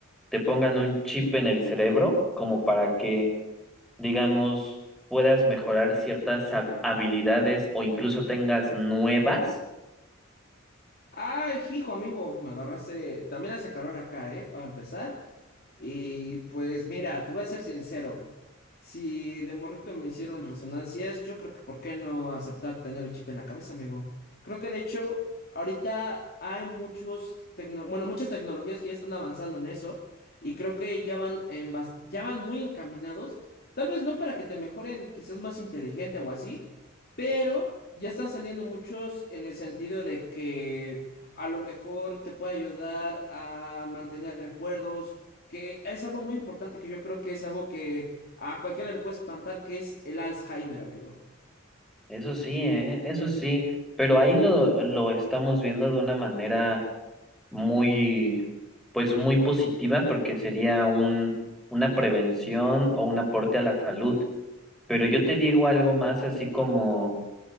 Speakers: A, in the centre; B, on the left.
A: te pongan un chip en el cerebro como para que, digamos, puedas mejorar ciertas hab- habilidades o incluso tengas nuevas?
B: Ay, hijo amigo, me agarraste. También hace calor acá, ¿eh? Para empezar. Y pues mira, te voy a ser sincero. Si de morrito me hicieron resonancias, yo creo que ¿por qué no aceptar tener un chip en la cabeza, amigo? Creo que de hecho, ahorita hay muchos tecno- bueno, muchas tecnologías que ya están avanzando en eso y creo que ya van en bas- ya van muy encaminados, tal vez no para que te mejoren, que seas más inteligente o así, pero ya están saliendo muchos en el sentido de que a lo mejor te puede ayudar a mantener recuerdos que es algo muy importante que yo creo que es algo que a cualquiera le puede espantar, que es el Alzheimer, amigo.
A: Eso sí, ¿eh? Eso sí, pero ahí lo, lo estamos viendo de una manera muy, pues muy positiva porque sería un, una prevención o un aporte a la salud. Pero yo te digo algo más, así como,